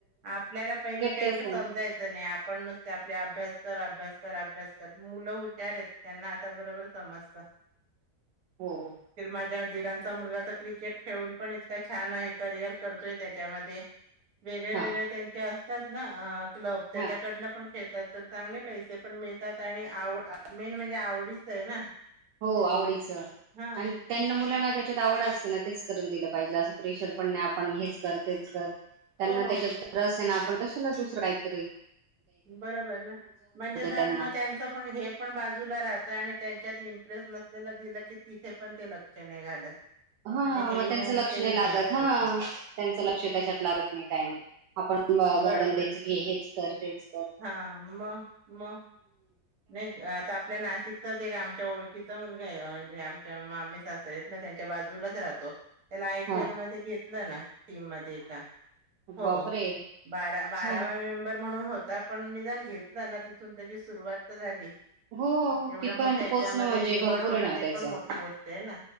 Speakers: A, on the right (about 60°); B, on the right (about 75°).
A: आपल्याला पहिले काय
B: तेच
A: एवढं
B: त्यांच
A: समजायचं नाही. आपण ते आपल्या अभ्यास कर, अभ्यास कर, अभ्यास कर.. मुलं हुशार आहेत त्यांना आता बरोबर समजतं.... <inaudible>
B: हम्म.
A: फिर माझ्या दीरांचा मुलगा तर क्रिकेट खेळून पण इतका छान आहे. करियर करतोय त्याच्यामध्ये. वेगळे वेगळे
B: हा
A: त्यांचे असतात ना क्लब त्याच्याकडनं
B: हा
A: पण खेळतात. तर चांगले पैसे पण मिळतात आणि आव मेन म्हणजे आवडीच आहे ना?
B: हो आवडीचं
A: हा
B: आणि त्यांना मुलांना त्याच्यात आवड असते ना तेच करून दिलं पाहिजे असं. प्रेशर पण नाई आपण हेच कर तेच कर त्यांना
A: हो
B: त्याच्या रस आहे ना पण कशाला दुसर कायतरी
A: बरोबर ना म्हणजे ड
B: त्यांना
A: मग त्यांचं पण हे पण बाजूला राहत आणि त्यांच्यात इंटरेस्ट नसलेला दिलं की तिथे पण ते लक्ष नाही घालत
B: हा
A: म्हणजे हेही
B: मग त्यांच
A: आणि
B: लक्ष
A: तेही
B: नाही लागत
A: असं
B: हा
A: होतं
B: त्यांचं लक्ष त्याच्यात लागत नाही काही नाही आपण बा
A: बरोबर
B: बर्डन तेच घे हेच तर तेच तर
A: हा मग मग नाही आता आपल्या नाशिक एक आमच्या ओळखीचा मुलग आहे म्हणजे आमच्या मामी सासरेत ना त्यांच्या बाजूलाच राहतो त्याला आयपी
B: हा
A: एल मध्ये घेतलं ना टीम म का हो
B: बापरे
A: बारा बारावा
B: छान
A: मेंबर म्हणून होत आ आपण निदान घेतलं ना तिथून त्याची सुरुवात झाली
B: हो
A: एवढ्या
B: तिथपर्यंत
A: मोठ्या हच्यामध्ये
B: पोहोचणं म्हणजे
A: निवड
B: भरपूर
A: होणं
B: आहे नाव
A: ते
B: त्याचं
A: पण मोठी गोष्ट आहे ना